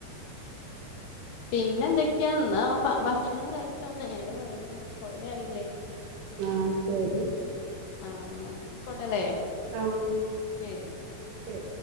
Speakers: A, on the left; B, on the right.
A: പിന്നെ എന്തൊക്കെയാ എന്നാ ഭക്ഷണം കഴിച്ചോ നേരം വൈകി കൊറേ ആയില്ലേ?
B: ആഹ ശരി
A: ആഹ എന്ന പോട്ടല്ലേ
B: ആഹ്
A: ശരി.
B: ശരി